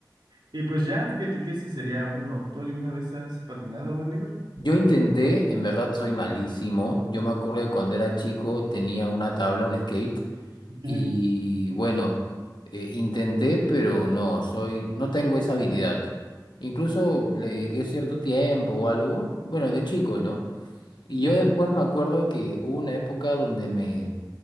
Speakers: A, on the right (about 85°); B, on the left (about 85°).
A: y pues ya, fíjate que ese sería uno. ¿Tú alguna vez has patinado, Oliver?
B: Yo intenté, en verdad soy malísimo. Yo me acuerdo que cuando era chico tenía una tabla, un skate, y
A: Ujú.
B: bueno, eh, intenté, pero no, soy, no tengo esa habilidad. Incluso le dediqué cierto tiempo o algo, bueno, de chico, ¿no? Y
A: Sí.
B: yo después me acuerdo que hubo una época donde me,